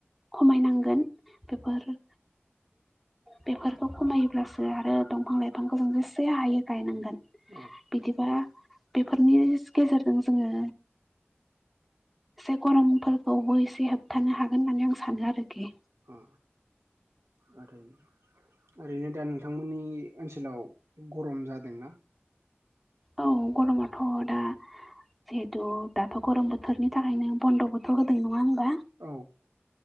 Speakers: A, in the centre; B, on the right.
A: खमायनांगोन। बेफोर बेफोरखौ खमायोब्लासो आरो दंफां लाइफांखौ जों जेसे हायो गायनांगोन।
B: औ।
A: बिदिबा बेफोरनि गेजेरजों जोङो एसे गरमफोरखौबो एसे होबथानो हागोन होननानै आं सानो आरोखि।
B: अ आरो ओरैनो दा नोंथांमोननि ओनसोलाव गरम जादोंना
A: औ गरमाथ' दा जिहेथु दाथ' गरम बोथोरनि थाखायनो बन्द'बोथ' होदों नङा होनबा।
B: औ।